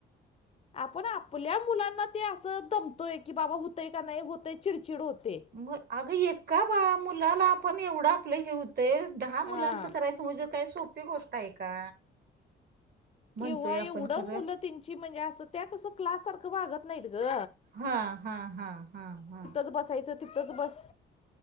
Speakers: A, on the left; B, on the right.
A: आपण आपल्या मुलांना ते असं दमतोय की, बाबा होतय का नाही होतय चिडचिड होते.
B: मग अगं एका बा मुलाला आपण एवढं आपलं हे हु तय ते दहा मुलांचं
A: हा
B: करायचं म्हणजे काय सोपी गोष्ट आहे का? म्हणतोय
A: केव्हा एवढं
B: आपण खरं
A: मुलं त्यांची म्हणजे असं त्या कसं क्लास सारखं वागत नाहीत ग.
B: हा हा हा हा हा.
A: बसायच. तिथंच बस.